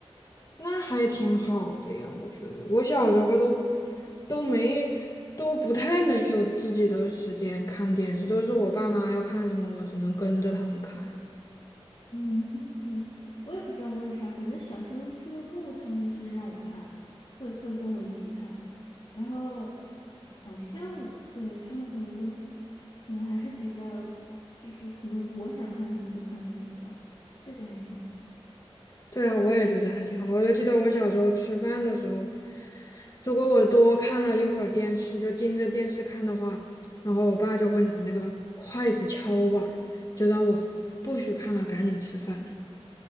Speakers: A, on the left; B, on the left.
A: 那还挺好的呀，我觉得我小时候都都没都不太能有自己的时间看电视，都是我爸妈要看什么，我只能跟着他们看。
B: 嗯，我也不知道为啥，反正小神龙俱乐部他们是让我看，会会跟我一起看，然后好像对他们可能都可能还是比较，就是可能我想看什么就看什么吧，这点还挺好的。
A: 对啊，我也觉得还挺好。我就记得我小时候吃饭的时候，如果我多看了一会儿电视，就盯着电视看的话，然后我爸就会拿那个筷子敲碗儿，就让我不许看了，赶紧吃饭。